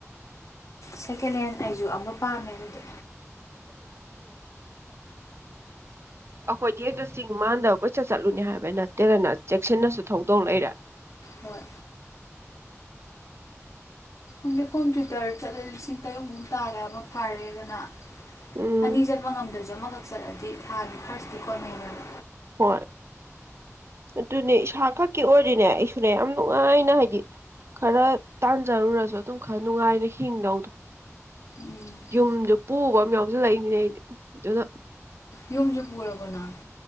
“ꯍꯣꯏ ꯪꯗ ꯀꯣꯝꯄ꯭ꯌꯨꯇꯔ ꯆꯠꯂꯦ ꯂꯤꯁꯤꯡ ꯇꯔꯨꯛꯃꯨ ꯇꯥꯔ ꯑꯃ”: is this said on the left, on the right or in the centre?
Left